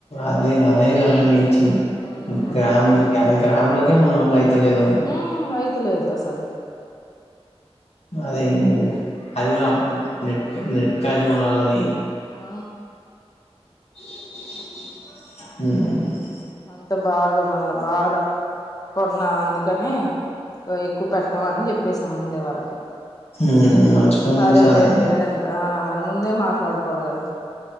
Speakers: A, on the left (about 70°); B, on the left (about 35°).
A: అదే అదే కదండి ఇచ్చింది
B: ఉమ్
A: గ్రామ్ గ్రామ్ లోకే మనమన వా ళ్ల అయితలేదు.
B: ఉమ్ అయితలేదు అసలు
A: అదింగ్ అది కూడా నెట్ నెట్ క్యాష్ కొనాలి అది
B: ఆ
A: ఉ ఉ ఉ
B: అంత బాగా మళ్ళా బాధ కొన్నా అందుకనే ఎక్కువ పెట్టమ అని చెప్పేసాం ముందే వాళ్ళకి
A: ఉమ్ మంచి పని
B: సరేలేండి
A: చేశారండి
B: అని ఆ మరి ముందే మాట్లాడుకోవాలి కదా